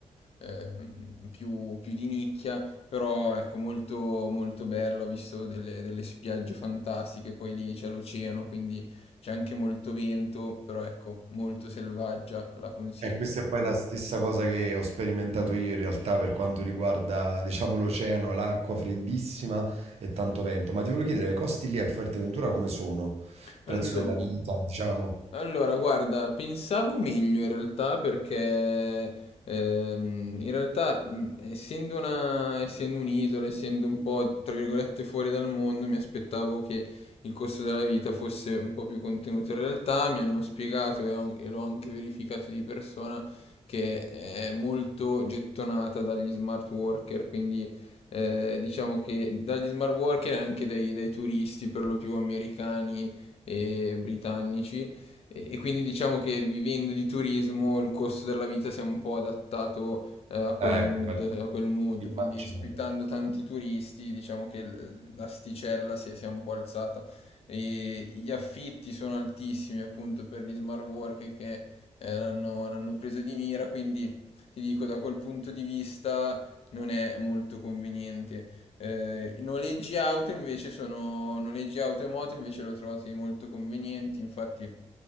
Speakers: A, on the left; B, on the right.
A: ehm, più- più di nicchia, però ecco, molto, molto bella, ho visto delle, delle spiagge fantastiche, poi lì c'è l'oceano, quindi c'è anche molto vento, però ecco, molto selvaggia, la consiglio.
B: E questa è poi la stessa cosa che ho sperimentato io in realtà per quanto riguarda, diciamo, l'oceano, l'acqua freddissima e tanto vento. Ma ti volevo chiedere, i costi lì a Fuerteventura come sono? Prezzo
A: Allora
B: della vita, diciamo.
A: Allora, guarda, pensavo meglio in realtà perché ehm, in realtà mh, essendo una, essendo un'isola, essendo un po' tra virgolette fuori dal mondo, mi aspettavo che il costo della vita fosse un po' più contenuto. In realtà mi hanno spiegato e, ho- e l'ho anche verificato di persona che è molto gettonata dagli smart worker, quindi eh, diciamo che dagli smart worker e anche dai, dai turisti per lo più americani e britannici e, e quindi diciamo che vivendo di turismo il costo della vita si è un po' adattato eh, a quel
B: Eh,
A: mood,
B: ecco, immag-
A: a quel mood,
B: immagino.
A: quindi ospitando tanti turisti diciamo che l- l'asticella si è, si è un po' alzata. E gli affitti sono altissimi appunto per gli smart worker che eh, l'hanno l'hanno preso di mira, quindi ti dico da quel punto di vista non è molto conveniente. Eh, i noleggi auto invece sono noleggi auto e moto invece lo trovate molto convenienti, infatti